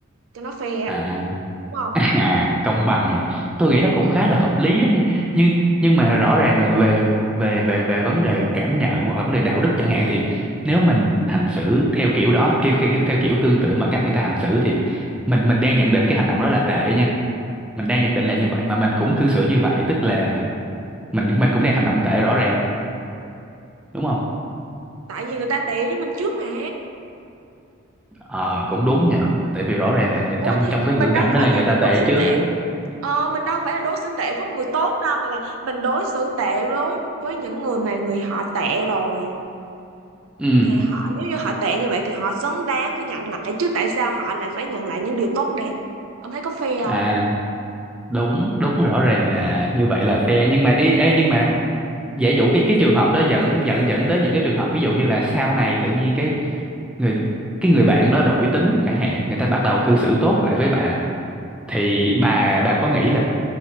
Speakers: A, on the right; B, in the centre.
A: cho nó fair
B: à,
A: đúng không?
B: à công bằng nhỉ. tôi nghĩ nó cũng
A: Ừ,
B: khá là hợp lý á nhưng nhưng mà rõ ràng là về về về về vấn đề cảm nhận hoặc là vấn đề đạo đức chẳng hạn thì nếu mình hành xử theo kiểu đó theo, theo, theo kiểu tương tự mà cách người ta hành xử thì mình mình đang nhận định cái hành động đó là tệ nha mình đang nhận định là như vậy mà mình cũng cư xử như vậy tức là mình mình cũng đang hành động tệ rõ ràng đúng không
A: tại vì người ta tệ với mình trước mà.
B: Ờ, cũng đúng nhờ tại vì rõ ràng là người
A: Ủa
B: trong
A: thì
B: trong cái
A: mình
B: ngữ
A: đâu
B: cảnh đó
A: phải
B: là người
A: là mình
B: ta tệ
A: đối xử
B: chứ
A: tệ. Ờ, mình đâu phải là đối xử tệ với người tốt đâu mà là mình đối xử tệ đối với những người mà người họ tệ rồi.
B: ừ
A: Thì họ nếu như họ tệ như vậy thì họ xứng đáng phải nhận lại chứ tại sao họ lại phải nhận lại những điều tốt đẹp? Ông thấy có fair
B: à
A: không?
B: đúng đúng rồi, rõ ràng là như vậy là fair nhưng mà ê, ê nhưng mà giả dụ cái cái trường hợp đó dẫn dẫn dẫn tới những cái trường hợp ví dụ như là sau này tự nhiên cái người cái người bạn đó đổi tính chẳng hạn người ta bắt đầu cư xử tốt lại với bà thì bà bà có nghĩ là